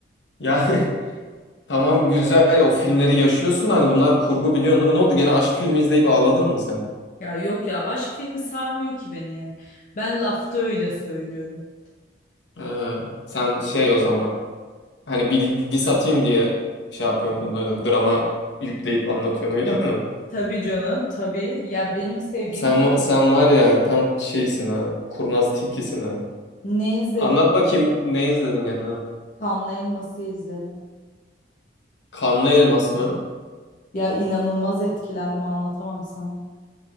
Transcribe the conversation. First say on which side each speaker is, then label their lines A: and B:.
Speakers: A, on the left (about 70°); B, on the left (about 45°).
A: Yani <laughs> tamam güzel o filmleri yaşıyorsun da hani bunlar kurgu biliyorsun değil mi? Ne oldu? Gene aşk filmi izleyip ağladın mı sen?
B: Ya yok ya aşk filmi sarmıyor ki beni yani. Ben lafta öyle söylüyorum.
A: Ee, sen şey o zaman hani bilgi satayım diye şey yapıyorsun bunları drama yükleyip anlatıyorsun öyle mi?
B: Tabii canım tabii. Ya benim sevdiğim
A: Sen, va- sen var ya tam şeysin ha. Kurnaz tilkisin ha.
B: ne izledim?
A: Anlat bakayım ne izledin yani?
B: Kanlı Elmas'ı izledim.
A: Kanlı Elmas mı?
B: Ya inanılmaz etkilendim anlatamam sana.